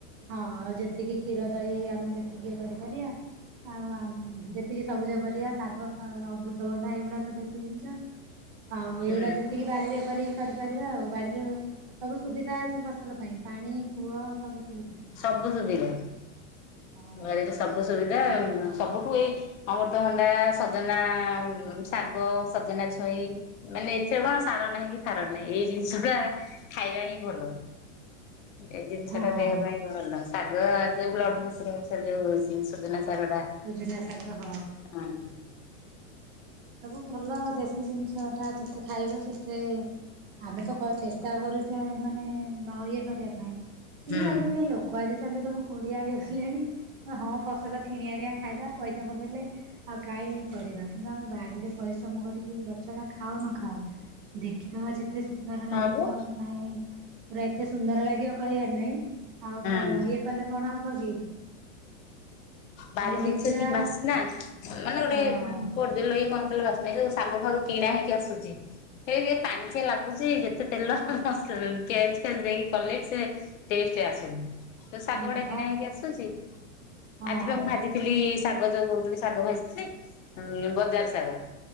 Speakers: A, on the right (about 45°); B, on the left (about 75°).
A: ହଁ ଆଉ ଯେତିକି। କ୍ଷୀର ଦହି ଆମେ ଯେତିକି କରିପାରିବା ଆଉ ଆମ୍ ଏତିକି ସବୁଜ ପରିବା ଶାଗ ଫା ଅମୃତଭଣ୍ଡା ଏଇଗୁଡାକ ଦେଶୀ ଜିନିଷ। ଆଉ ଏଇଗୁଡା
B: ହୁଁ
A: ଯେତିକି ବାଡିରେ କରିକି କରିପାରିବା ଆଉ ବାଡିରେ ସବୁ ସୁବିଧା ଅଛି ଫସଲ ପାଇଁ ପାଣି କୂଅ ସବୁ ସୁବିଧା।
B: ସବୁ ସୁବିଧା,
A: ହଁ
B: ଗାଡିରେ ସବୁ ସୁବିଧା ସବୁଠୁ ଅମୃତଭଣ୍ଡା, ସଜନା ଶାଗ, ସଜନା ଛୁଇ ମେ ଏଥିରେ କଣ ସାର ନାହିଁ କି ସାର ନାହିଁ ଏଇ ଜିନିଷ ଟା ଖାଇବା ହିଁ ଭଲ। ଏଇ ଜିନିଷ
A: ହଁ
B: ଟା ଦେହ ପାଇଁ ଭଲ ଶାଗ ଯୋଉ ବ୍ଳଢ଼ ପ୍ରେସର ଯୋଉ ଜିନିଷ
A: ସଜନା ଶାଗ
B: <unintelligible> ହଁ।
A: ସବୁ ଭଲ ଦେଶୀ ଜିନିଷ ଟା ଯେତେ ଖାଇବ ସେତେ ଆମେ ତ କରିଛେ ଚ ତା କରୁଛେ ମାନେ ନ ଇଏ କରିବା ପାଇଁ କିନ୍ତୁ
B: ହୁଁ
A: ତାପରେବି ଲୋକ ଆ କାଲି ସବୁ କୋଡ଼ିଆ ହେଇଗଲେଣି ହଁ ଫସଲ କିଣି ଆଣିବା ଖାଇଦେବା ପଇସା ପକେଇଲେ ଆଉ କାହିଁ କରିବା କିନ୍ତୁ ଆମେ ବା ପାରେ ପରିଶ୍ରମ କରିକି ଗଛଟା ଖାଅ ନ ଖାଅ ଦେଖିଦବା ଯେ ଏତେ ସୁନ୍ଦର
B: ହଁ
A: ଲାଗିବ
B: ବା
A: ନାଇଁ ପୁରା ଏତେ ସୁନ୍ଦର ଲାଗିବ କହିବାର ନାଇଁ ଆଉ
B: ହୁଁ
A: ଇଏ କଲେ କଣ ହବ କି
B: ବାରି
A: ଆମେ
B: ଜିନିଷ
A: ଦେଖିବା
B: କି ବାସନା ମାନେ ଗୋଟେ
A: ହଁ
B: ପୋଡିଦେଲ କି କଣ ଆଲଗା ବାସ୍ନା ଏଇ ଯୋଉ ଶାଗ ଫାଗ କିଣା ହେଇକି ଆସୁଚି ଏଇକ୍ ପାଣିଚିଆ ଲାଗୁଚି ଯେତେ ତେଲ ମସ ନାଇଁ ପିଆଜ ଫିଆଜ ଦେଇକି କଲେ ସେ ଟେଷ୍ଟ ଆସୁନି ଯୋଉ ଶାଗ
A: ହଁ
B: ଗୁଡା
A: ବା
B: କିଣା ହେଇକି ଆସୁଚି
A: ହଁ
B: ଆଜି ପା ମୁଁ ଭାଜିଥିଲି ଶାଗ ଯୋଉ କୋହୁଥିଲି ଶାଗ ଭାଜିଥିଲେ ବଜାର ଶାଗ